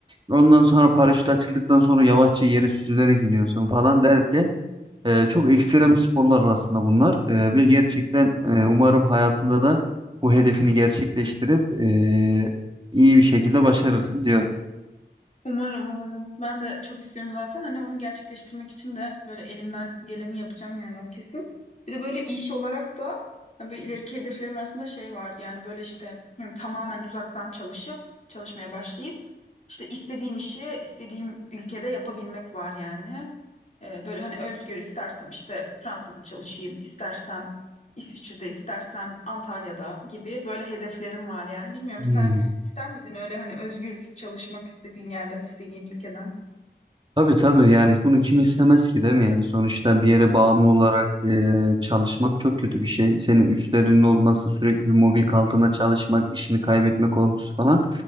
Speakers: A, on the right; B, on the left.
A: Ondan sonra paraşüt açıldıktan sonra yavaşça yere süzülerek iniyorsun falan derken e, çok ekstrem sporlar arasında bunlar E, ve gerçekten e, umarım hayatında da bu hedefini gerçekleştirip e, iyi bir şekilde başarırsın diyorum.
B: Umarım, umarım. Ben de çok istiyorum zaten. Hani onu gerçekleştirmek için de böyle elimden geleni yapacağım yani o kesin. Bir de böyle iş olarak da hani böyle ileriki hedeflerim arasında şey var. Yani böyle işte hem tamamen uzaktan çalışıp çalışmaya başlayıp işte istediğim işi istediğim ülkede yapabilmek var yani. Ee, böyle hani özgür istersem işte Fransa'da çalışayım, istersem İsviçre'de, istersem Antalya'da gibi böyle hedeflerim var yani. Bilmiyorum
A: Hmm.
B: sen İster miydin öyle hani özgür çalışmak istediğin yerden, istediğin ülkeden?
A: Tabii tabii yani bunu kim istemez ki değil mi yani sonuçta bir yere bağımlı olarak e, çalışmak çok kötü bir şey. Senin üstlerinin olması sürekli bir mobbing altında çalışmak işini kaybetme korkusu falan